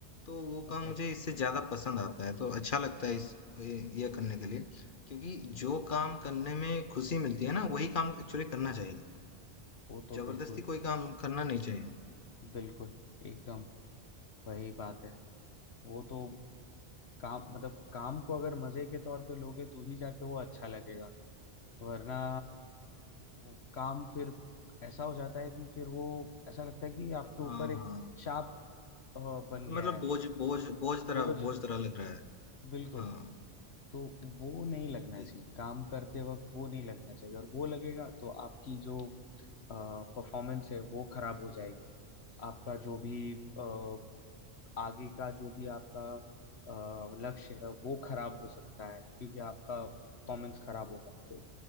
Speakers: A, on the left (about 55°); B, on the left (about 75°).
A: तो वो
B: ओके
A: काम मुझे इससे ज्यादा पसंद आता है तो अच्छा लगता है इस ये, ये करने के लिए क्योंकि जो काम करने में खुशी मिलती है ना वही काम एक्चुअली करना चाहिए
B: वो तो
A: जबरदस्ती
B: बिल्कुल
A: कोई काम करना नहीं चाहिए
B: बिल्कुल एकदम वही बात है वो तो काम मतलब काम को अगर मजे के तौर पे लोगे तो ही जाके वो अच्छा लगेगा वरना वो काम फिर ऐसा हो जाता है कि फिर वो ऐसा लगता है कि आपके
A: हाँ
B: ऊपर एक
A: हाँ
B: चाप अ, बन गया
A: मतलब
B: है
A: बोझ बोझ बोझ तरह
B: बोझ
A: बोझ तरह लग रहा है
B: बिल्कुल
A: हाँ
B: तो वो नहीं लगना
A: जे-
B: चाहिए काम करते वक्त वो नहीं लगना चाहिए अगर वो लगेगा तो आपकी जो परफॉर्मेंस है वो खराब हो जाएगी आपका जो भी अ, आगे का जो भी आपका अ, लक्ष्य है वो खराब हो सकता है क्योंकि आपका परफॉर्मेंस खराब होगा तो